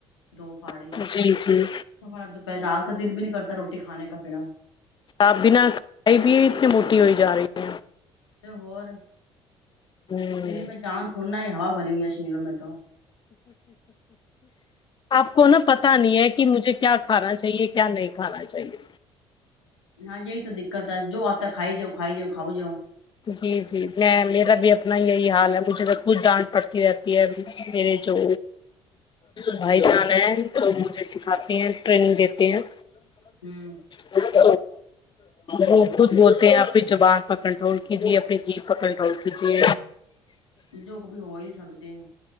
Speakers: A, on the left (about 85°); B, on the left (about 30°).
A: دو پھاڑی
B: جی جی
A: توا دوپہ رات کا دن بھی نہیں کرتا روٹی کھانے کا پھر
B: آپ بنا کھائی بھی اتنی موٹی ہوئی جا رہی
A: تو ہوور
B: ہیں
A: شریر
B: ہ
A: میں چاند توھوڑنا ہے ہوا بری ہوئی ہے شرییر میںیر تو
B: آپ کو نا پتاہ نہیں ہے کہ مجھے کیا کھانا چاہیے کیا نہیں کھانا چاہیے
A: ہاں یہی تو دقت ہے جو آتا کھائی جاؤ کھائی جؤ کاؤ جا
B: جی جی میں میرا بھی اپنا یہی حال ہے مجھے تو خود ڈانٹ پڑتی رہتی ہے میرے جو بھائی بہن ہیں وہ مجھے سکھاتے ہیں ٹریننگ دیتے ہیں
A: ہوں
B: <inaudible> وہ خود بولتے ہیں آپ کے جوان پر کنٹرول کی جی اپنی جی پکڑ پؤ کی جی
A: جو ک بھی ہو ہی سکتا جین